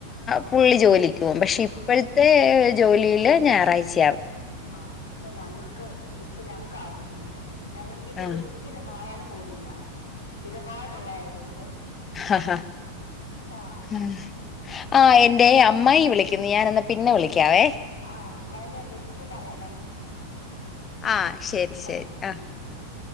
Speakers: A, on the left (about 25°); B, on the left (about 75°).
A: പുള്ളി ജോലിക്ക് പോകും പക്ഷെ
B: ആഹ്
A: ഇപ്പോഴ ത്തെ ജോലിയിൽ ഞായറാഴ്ച
B: ആഹ് ഇപ്പൊ ഞങ്ങക്ക് ഇപ്പൊ ഞങ്ങക്ക് ആ ബുദ്ധിമുട്ട് ഞങ്ങൾക്ക്ത്
A: ആ
B: ഒ ഒരിക്കലും മാറാനും പോകുന്നില്ല സ്ഥിരമായിട്ടുള്ളതായതുകൊണ്ട്
A: ആഹ് ഹാ
B: ആഹ്
A: മം ആഹ് എൻറെ അമ്മായി വിളിക്കുന്നു ഞാനൊന്ന് പിന്നെ വിളിക്കാവേ
B: ആഹ് അമ്മായിനെ അന്വേഷിച്ചന്ന് പറയണേ
A: ആ ശരി
B: ആഹ് ശരി
A: ആ
B: ശരി